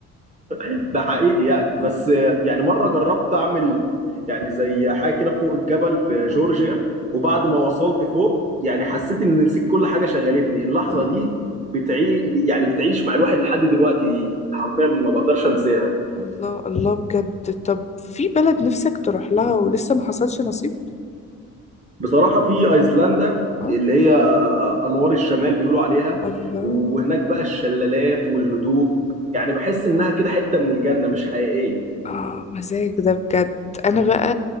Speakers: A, on the right (about 25°); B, on the left (about 25°).
A: ده حقيقي يعني
B: <laughs> اه
A: بس يعني مره جربت اعمل يعني زي حاجه كده فوق الجبل
B: اه
A: في جورجيا وبعد
B: اه
A: ما وصلت فوق يعني
B: اه
A: حسيت ان نسيت كل حاجه شغلتني اللحظه
B: آه.
A: دي بتعي يعني بتعيش مع الواحد لحد دلوقتي حرفيا ما بقدرش انساها
B: الله الله بجد طب في بلد نفسك تروح لها ولسه ما حصلش نصيب
A: بصراحة في أيسلندا
B: آه،
A: اللي هي أنوار الشمال بيقولوا عليها
B: الله
A: وهناك بقى الشلالات والهدوء يعني بحس إنها كده حتة من الجنة مش حقيقية
B: اه مزاج ده بجد انا بقى